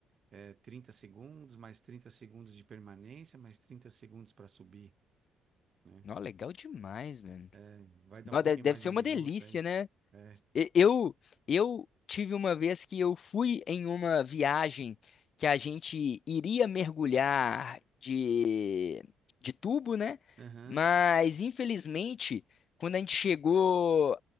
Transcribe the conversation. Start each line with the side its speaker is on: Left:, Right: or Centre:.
Right: é, 30 segundos, mais 30 segundos de permanência, mais 30 segundos para subir, né?
Left: Nó, legal demais, velho.
Right: É, Vai dar
Left: Nó,
Right: um pouquinho
Left: de- deve
Right: mais
Left: ser
Right: de um
Left: uma
Right: minuto
Left: delícia,
Right: aí.
Left: né?
Right: É.
Left: E- Eu, eu tive uma vez que eu fui em uma viagem que a gente iria mergulhar de, de tubo, né?
Right: Aham.
Left: Mas, infelizmente, quando a gente chegou